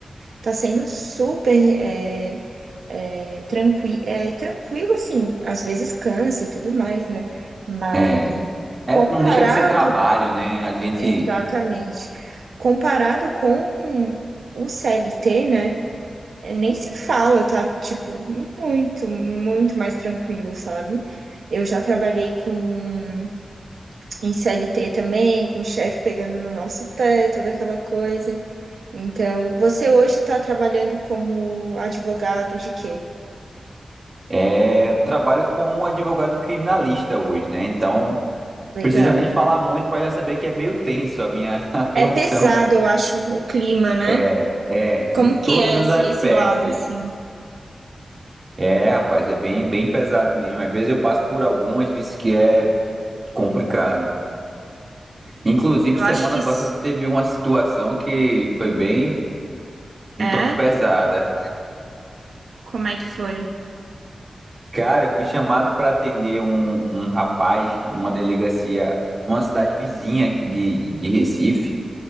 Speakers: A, on the right; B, on the right.
A: tá sendo super é, é, tranqui é, tranquilo, assim, às vezes cansa e tudo mais, né? Mas
B: É, é,
A: comparado,
B: não deixa de ser trabalho, né? A gente
A: exatamente, comparado com o CLT, né? É, Nem se fala, tá? Tipo, muito, muito mais tranquilo, sabe? Eu já trabalhei com em CLT também, com o chefe pegando no nosso pé, toda aquela coisa. Então, você hoje tá trabalhando como advogado de quê?
B: é, trabalho como um advogado criminalista hoje, né? Então
A: Legal.
B: Precisa nem falar muito para já saber que é meio tenso a minha <laughs> atuação.
A: É pesado, eu acho, o clima, né?
B: É, é, em
A: Como que
B: todos
A: é
B: os
A: esse,
B: aspectos.
A: esse lado, assim?
B: É, rapaz, é bem, bem pesado mesmo. Às vezes eu passo por algumas, vezes que é complicado. Inclusive,
A: Eu
B: semana
A: acho que... s-
B: passada teve uma situação que foi bem um
A: É?
B: tanto pesada.
A: Como é que foi?
B: Cara, eu fui chamado para atender um, um rapaz numa delegacia, numa cidade vizinha aqui de, de Recife,